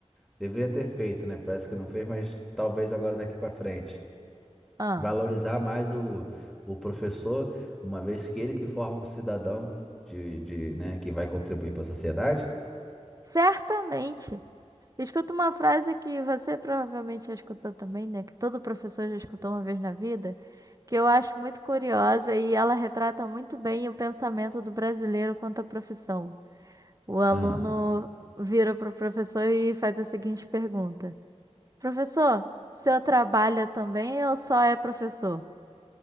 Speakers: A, in the centre; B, on the right.
A: Deveria ter feito, né? Parece que não fez, mas talvez agora daqui para frente.
B: Ah,
A: Valorizar mais o, o professor, uma vez que ele que forma o cidadão de, de, né, que vai contribuir para a sociedade.
B: certamente. Escuta uma frase que você provavelmente já escutou também, né? Que todo professor já escutou uma vez na vida, que eu acho muito curiosa e ela retrata muito bem o pensamento do brasileiro quanto à profissão. O aluno
A: Ah,
B: vira para o professor e faz a seguinte pergunta: Professor, o senhor trabalha também ou só é professor?